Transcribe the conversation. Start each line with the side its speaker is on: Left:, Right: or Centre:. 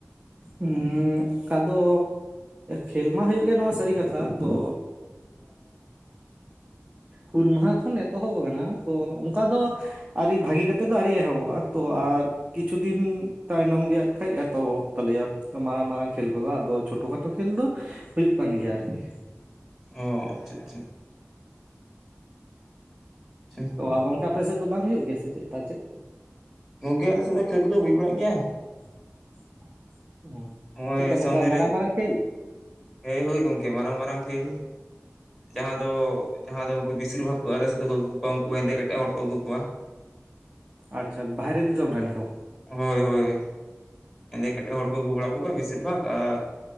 Right: ᱦᱩ ᱠᱟᱫᱚ ᱠᱷᱮᱞ ᱢᱟ ᱦᱩᱭᱩᱜ ᱜᱮᱭᱟ ᱱᱚᱣᱟ ᱥᱟᱹᱨᱤ ᱠᱟᱛᱷᱟ ᱛᱚ ᱦᱩᱞ ᱢᱟᱦᱟ ᱠᱷᱚᱱ ᱮᱛᱚᱦᱚᱵ ᱟᱠᱟᱱᱟ ᱛᱚ ᱚᱱᱠᱟ ᱫᱚ ᱟᱹᱣᱨᱤ ᱵᱷᱟᱜᱤ ᱠᱟᱛᱮᱮᱫ ᱫᱚ ᱟᱹᱣᱨᱤ ᱮᱦᱚᱵᱚᱜᱼᱟ ᱛᱚ ᱟᱨ ᱠᱤᱪᱷᱩ ᱫᱤᱱ ᱛᱟᱭᱱᱚᱢ ᱜᱮ ᱦᱟᱜ ᱠᱷᱟᱡ ᱮᱛᱚᱦᱚᱵ ᱦᱩᱭᱩᱜ ᱛᱟᱞᱮᱭᱟ ᱛᱚ ᱢᱟᱨᱟᱝ ᱢᱟᱨᱟᱝ ᱠᱷᱮᱞ ᱠᱚᱫᱚ ᱟᱫᱚ ᱪᱷᱳᱴᱳ ᱠᱷᱟᱴᱳ ᱠᱷᱮᱞ ᱫᱚ ᱦᱩᱭᱩᱜ ᱠᱟᱱ ᱜᱮᱭᱟ ᱟᱨᱠᱤ
Centre: ᱚ ᱟᱪᱪᱷᱟ ᱟᱪᱪᱷᱟ ᱟᱪᱪᱷᱟ
Right: ᱛᱳ ᱜᱚᱝᱠᱠᱟ ᱟᱯᱮ ᱥᱮᱫ ᱫᱚ ᱵᱟᱝ ᱦᱩᱭᱩᱜ ᱜᱮᱭᱟ ᱥᱮ ᱪᱮᱫ ᱯᱟᱪᱮᱫ?
Centre: ᱜᱚᱝᱠᱮ ᱟᱞᱮ ᱥᱮᱫᱟᱭ ᱴᱷᱟᱹᱠ ᱫᱚ ᱦᱩᱭ ᱵᱟᱲᱟᱜ ᱜᱮᱭᱟ
Right: <unintelligible>
Centre: ᱱᱚᱜᱼᱚᱭ
Right: ᱱᱚᱝᱠᱟ
Centre: ᱥᱟᱢᱱᱮ
Right: ᱢᱟᱨᱟᱝ
Centre: ᱨᱮ
Right: ᱢᱟᱨᱟᱝ ᱠᱷᱮᱞ?
Centre: ᱦᱮᱭ ᱦ ᱜᱚᱝᱠᱮ ᱢᱟᱨᱟᱝ ᱢᱟᱨᱟᱝ ᱠᱷᱮᱞ ᱡᱟᱦᱟᱸ ᱫᱚ ᱡᱟᱦᱟᱸ ᱫᱚ ᱩᱱᱠᱩ ᱵᱮᱥᱤᱨ ᱵᱷᱟᱜᱽ ᱠᱚ ᱟᱞᱮ ᱥᱟᱛᱮ ᱠᱚ ᱟᱹᱜᱩ ᱠᱚᱣᱟ ᱩᱱᱠᱩ ᱦᱮᱸᱫᱮ ᱠᱟ ᱠᱟᱛᱮᱮᱡ ᱦᱚᱲ ᱠᱚ ᱟᱹᱜᱩ ᱠᱚᱣᱟ
Right: ᱟᱪᱪᱷᱟ ᱵᱟᱦᱨᱮ ᱫᱤᱥᱚᱢ ᱨᱮᱱ ᱠᱚ
Centre: ᱦᱳᱭ ᱦᱳᱭ ᱮᱸᱫᱮ ᱠᱟᱹᱴᱤᱡ ᱦᱚᱲ ᱠᱚ ᱜᱩ ᱵᱟᱲᱟ ᱜᱩ ᱠᱚᱣᱟ ᱵᱤᱥᱤᱨ ᱵᱷᱟᱜᱽ ᱟᱨ